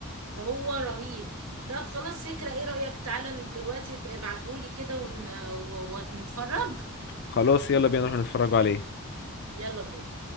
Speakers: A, on the right (about 70°); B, on the left (about 50°).
A: هو رهيب طب خلاص فكرة ايه رأيك تعالى دلوقتي ابعتهولي كده ون... ونتفرج
B: خلاص يلا بينا نروح نتفرجوا عليه
A: يلا بينا